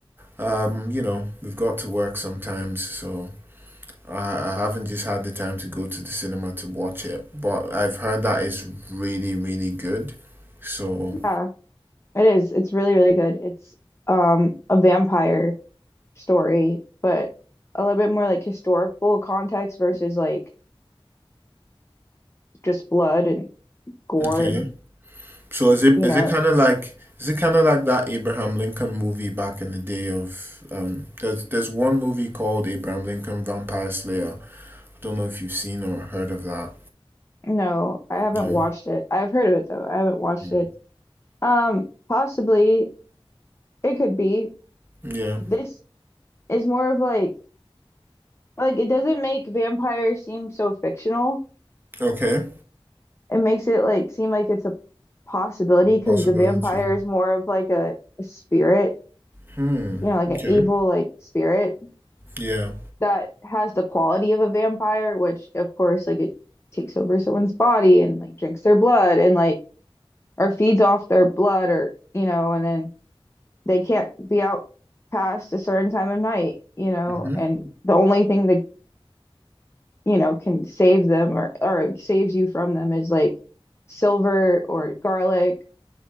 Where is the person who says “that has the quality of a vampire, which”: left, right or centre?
Left